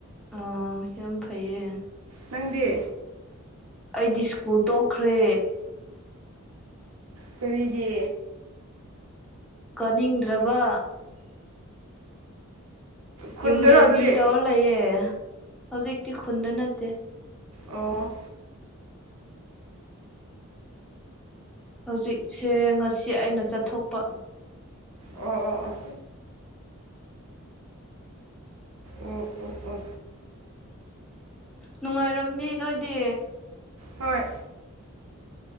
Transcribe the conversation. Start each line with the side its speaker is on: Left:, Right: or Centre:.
Centre: ꯑꯣ ꯌꯥꯝ ꯐꯩꯌꯦ
Right: ꯅꯪꯗꯤ
Centre: ꯑꯩꯗꯤ ꯁ꯭ꯀꯨꯜ ꯇꯣꯛꯈ꯭ꯔꯦ
Right: ꯀꯔꯤꯒꯤ
Centre: ꯀꯥꯅꯤꯡꯗ꯭ꯔꯕ
Right: ꯈꯨꯟꯗꯔꯣ
Centre: ꯌꯨꯝꯔꯦꯝꯕꯤ
Right: ꯑꯗꯨꯗꯤ
Centre: ꯇꯧꯔ ꯂꯩꯌꯦꯦ ꯍꯧꯖꯤꯛꯇꯤ ꯈꯨꯟꯗ ꯅꯠꯇꯦ
Right: ꯑꯣ
Centre: ꯍꯧꯖꯤꯛꯁꯦ ꯉꯁꯤ ꯑꯩꯅ ꯆꯠꯊꯣꯛꯄ
Right: ꯑꯣ ꯑꯣ ꯑꯣ ꯑꯣ ꯑꯣ ꯑꯣ
Centre: ꯅꯨꯡꯉꯥꯏꯔꯝꯅꯦ ꯅꯣꯏꯗꯤ
Right: ꯍꯣꯏ